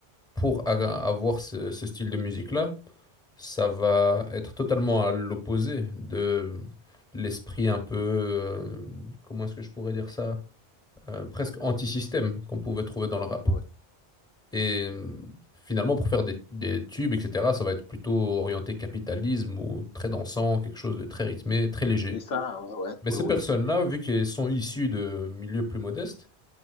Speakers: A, in the centre; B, on the left.
A: pour a- avoir ce, ce style de musique-là, ça va être totalement à l'opposé de l'esprit un peu, euh, comment est-ce que je pourrais dire ça, Euh, presque anti-système qu'on pouvait trouver dans le rap.
B: oui.
A: Et euh, finalement, pour faire des, des tubes, etc., ça va être plutôt orienté capitalisme ou très dansant, quelque chose de très rythmé, très léger.
B: Et ça, ouais, ouais,
A: Mais
B: ouais,
A: ces
B: ouais.
A: personnes-là, vu qu'elles sont issues de milieux plus modestes,